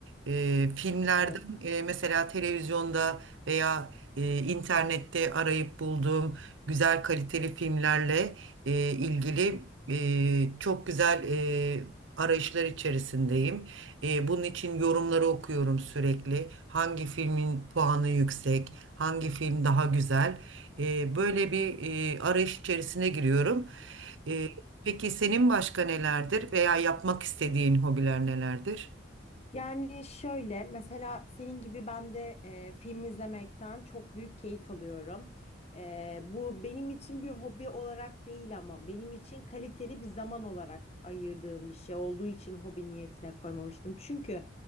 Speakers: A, on the right (about 80°); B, on the left (about 35°).
A: Ee, filmlerden
B: Evet.
A: e, mesela televizyonda veya e, internette arayıp bulduğum güzel kaliteli filmlerle e, ilgili e, çok güzel e, arayışlar içerisindeyim. E, bunun için yorumları okuyorum sürekli. Hangi filmin puanı yüksek, hangi film daha güzel. E, böyle bir e, arayış içerisine giriyorum. E, peki senin başka nelerdir veya yapmak istediğin hobiler nelerdir?
B: Yani şöyle mesela senin gibi ben de e, film izlemekten çok büyük keyif alıyorum. E, bu benim için bir hobi olarak değil ama benim için kaliteli bir zaman olarak ayırdığım bir şey olduğu için hobi niyetine koymamıştım. Çünkü